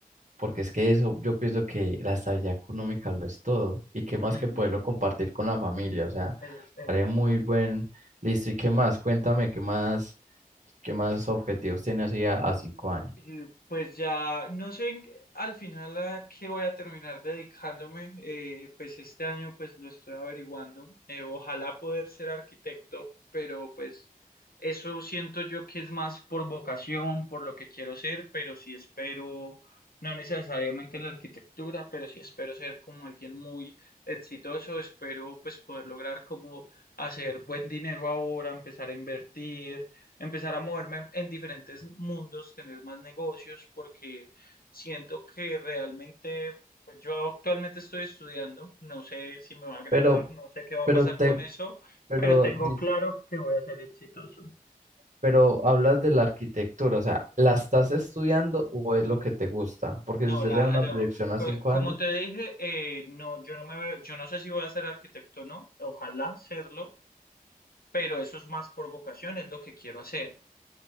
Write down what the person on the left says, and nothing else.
Ujú,
eh, exactamente.
Eh, Pues ya no sé en- al final a qué voy a terminar dedicándome, eh, pues este año pues lo estoy averiguando, eh, ojalá poder ser arquitecto, pero pues eso siento yo que es más por vocación, por lo que quiero ser, pero sí espero, no necesariamente en la arquitectura, pero sí espero ser como alguien muy exitoso, espero pues poder lograr como hacer buen dinero ahora, empezar a invertir empezar a moverme en diferentes mundos, tener más negocios, porque siento que realmente, pues yo actualmente estoy estudiando, no sé si me va a graduar,
no sé qué va
a pasar
con eso,
pero tengo
claro que voy a ser exitoso.
No,
la,
no,
co-
como
te dije, eh, no, yo no me veo, yo no sé si voy a ser arquitecto o no, ojalá serlo, pero eso es más por vocación, es lo que quiero hacer.